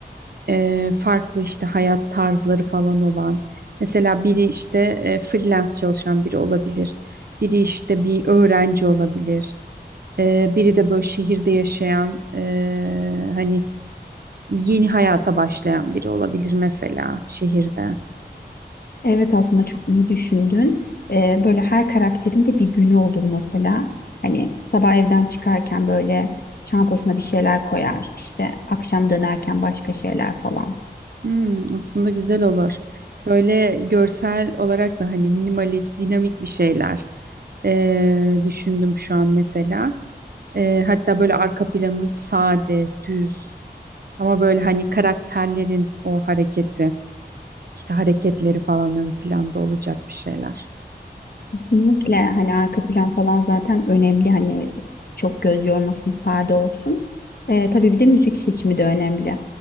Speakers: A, on the right; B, on the left.
A: e, farklı işte hayat tarzları falan olan. Mesela biri işte e, freelance çalışan biri olabilir. Biri işte bir öğrenci olabilir. E, biri de böyle şehirde yaşayan e, hani yeni hayata başlayan biri olabilir mesela şehirde.
B: Evet aslında çok iyi düşündün. Ee, böyle her karakterin de bir günü olur mesela. Hani sabah evden çıkarken böyle çantasına bir şeyler koyar. İşte akşam dönerken başka şeyler falan.
A: Hmm, aslında güzel olur. Böyle görsel olarak da hani minimalist, dinamik bir şeyler ee, düşündüm şu an mesela. Ee, hatta böyle arka planın sade, düz ama böyle hani karakterlerin o hareketi, işte hareketleri falan ön planda olacak bir şeyler.
B: Kesinlikle hani arka plan falan zaten önemli hani çok göz yormasın sade olsun. Ee, tabii bir de müzik seçimi de önemli.